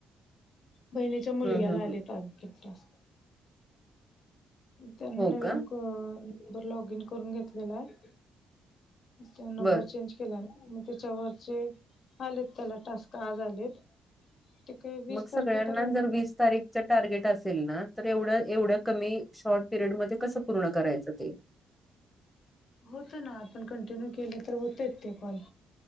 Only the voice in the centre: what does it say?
हम्म हम्म हम्म
हो
का
बर
मग सगळ्यांना
जर वीस तारीख टार्गेट असेल ना तर एवढ एवढ्या कमी शॉर्ट पिरियड मध्ये कसं पूर्ण करायचं ते